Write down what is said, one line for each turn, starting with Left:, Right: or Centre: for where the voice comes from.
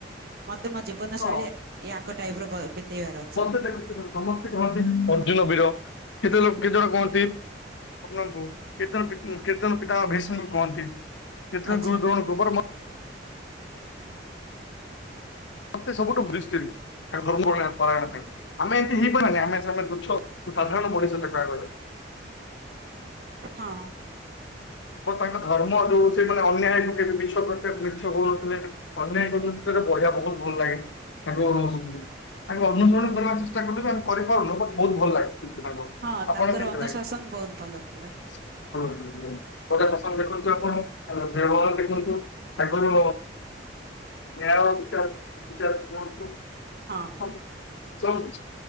Right: ମତେ ମୋ ଜି ଜୀବନ
Left: ହଁ
Right: ଶୈଳୀ ୟାଙ୍କ ଟାଇପ୍ ର ବ-ବିତେଇବାର ଅଛି।
Left: <unintelligible> ସମସ୍ତେ କହନ୍ତି ଅର୍ଜୁନ ବୀର କେତେ ଲୋକ କେତେ ଜଣ କୁହନ୍ତି କର୍ଣ୍ଣ ଙ୍କୁ କେତେ ଜଣ କେତେ -ପିତା ଭୀଷ୍ମ ଙ୍କୁ କୁହନ୍ତି କେତେ ଜଣ
Right: ଆଚ୍ଛା
Left: ଗୁରୁ ଦ୍ରୋଣଙ୍କୁ ବଟ୍ ମତେ ମତେ ସବୁଠୁ <unintelligible> ପୁରାଣ ପାଇଁ
Right: ହଁ
Left: ଆମେ ଏମତି ହେଇପାରିବାନି ଆମେ ସେ ତୁଛ ସାଧାରଣ
Right: ହଁ
Left: ମଣିଷ ତାଙ୍କ ଆଗରେ।
Right: ହଁ।
Left: ଓ ତାଙ୍କ ଧର୍ମ ହଉଚି ମାନେ ଅନ୍ୟାୟ <unintelligible> ମିଛ କହୁନଥିଲେ। ଅନ୍ୟ କର ସେରେ ବଢିଆ ବହୁତ ଭଲ ଲାଗେ ତାକୁ ତାଙ୍କୁ ଅନୁସରଣ କରିବାକୁ ଚେଷ୍ଟା କରିବୁ ଆମେ କରିପାରୁନୁ ବଟ୍ ବହୁତ୍ ଭଲ ଲାଗେ।
Right: ହଁ
Left: ଆପଣ
Right: ତାଙ୍କର
Left: କେମିତି
Right: ଅନୁଶାସନ
Left: ଲାଗେ?
Right: ବହୁତ ଭଲ ଥିଲା
Left: <unintelligible> ଶାସନ ଦେଖନ୍ତୁ ଆପଣ <unintelligible> ଦେଖନ୍ତୁ ଆଗରୁ ନ୍ୟାୟ ବିଚାର୍-ବିଚାର୍ କୁହନ୍ତୁ।
Right: ହଁ।
Left: ହଉ ସବୁକିଛି।